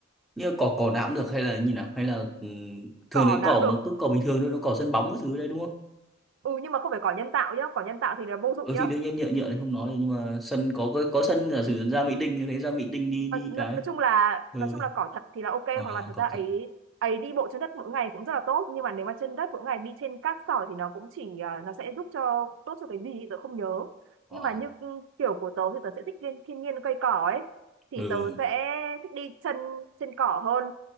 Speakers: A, in the centre; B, on the right (about 65°).
A: như cỏ cỏ nào cũng được hay là như nào hay là ừm, thường
B: cỏ
A: lấy
B: nào
A: cỏ
B: cũng được
A: mà cứ cỏ bình thường thôi nó cỏ sân bóng các thứ đấy đúng không
B: ừ nhưng mà không phải cỏ nhân tạo nhá cỏ nhân tạo thì là vô dụng
A: ừ
B: nhá
A: thì đương nhiên nhựa nhựa thì không nói rồi nhưng mà sân có có, có sân giả sử ra Mỹ Đình thì thấy ra Mỹ Đình đi đi
B: nói, nói
A: cái
B: nói chung là
A: ừ
B: nói chung là cỏ thật thì là ok
A: ờ,
B: hoặc là thật
A: cỏ
B: ra ấy
A: thật
B: ấy đi bộ trên đất mỗi ngày cũng rất là tốt nhưng mà nếu mà trên đất mỗi ngày đi trên cát sỏi thì nó cũng chỉ à, nó sẽ giúp cho tốt cho cái gì thì tớ không nhớ
A: ờ
B: nhưng mà như ừ, kiểu của tớ thì tớ sẽ thích thiên, thiên nhiên cây cỏ ấy thì
A: ừ
B: tớ sẽ thích đi chân trên cỏ hơn